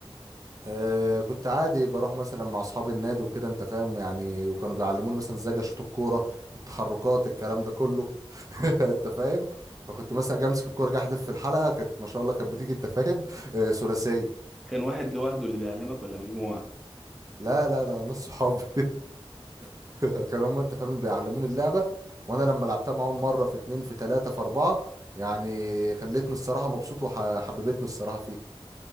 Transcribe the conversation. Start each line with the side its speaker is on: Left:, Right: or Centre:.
Right: آه كنت عادي بروح مثلا مع اصحابي النادي وكده انت فاهم يعني وكانوا بيعلموني مثلا ازاي اشوط الكوره التحركات الكلام ده كله <laughs> انت فاهم فكنت مثلا اجي امسك الكوره جاي احدف في الحلقه كانت ما شاء الله كانت بتيجي انت فاهم <laughs> آه، ثلاثيه
Centre: كان واحد لوحده اللي بيعلمك ولا مجموعة
Right: لا لا انا نص صحابي <laughs> كانوا هم انت فاهم اللي بيعلموني اللعبه وانا لما لعبتها معاهم مره في اتنين في تلاته في اربعه يعني خلتني الصراحه مبسوط وحببتني الصراحه فيه